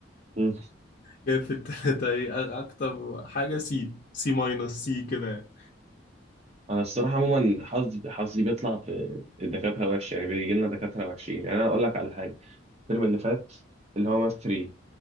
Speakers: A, on the right; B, on the left.
A: مم.
B: جايب في التلاتة إيه أ- أكتر حاجة سي سي ماينس سي كده يعني
A: انا الصراحه عموما حظي حظي بيطلع في الدكاتره وحش يعني بيجي لنا دكاتره وحشين يعني انا اقول لك على حاجه الترم اللي فات اللي هو ماث 3